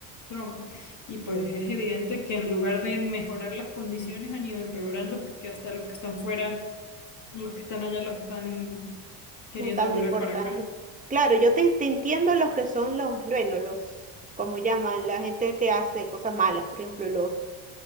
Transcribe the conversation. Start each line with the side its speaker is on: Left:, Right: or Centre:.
Left: Trump. Y pues es evidente que en lugar de mejorar las condiciones han ido empeorando porque hasta los que están fuera, los que están allá los están queriendo
Right: nos están
Left: devolver
Right: deportando.
Left: para acá.
Right: Claro, yo te, te entiendo los que son los, bueno, los, como llaman, la gente que hace cosas malas, por ejemplo, los